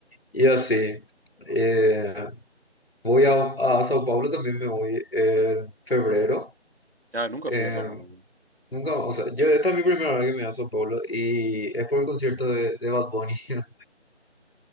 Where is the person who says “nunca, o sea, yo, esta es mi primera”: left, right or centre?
Left